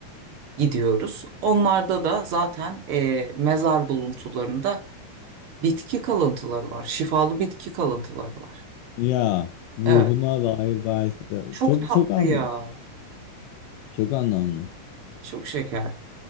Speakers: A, on the right; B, on the left.
A: gidiyoruz. Onlarda da zaten e, mezar buluntularında bitki kalıntıları var. Şifalı bitki kalıntıları var.
B: Ya ruhuna
A: Evet.
B: dair belki de
A: Çok
B: çok
A: tatlı
B: çok an
A: ya.
B: <laughs> çok anlamlı.
A: Çok şeker.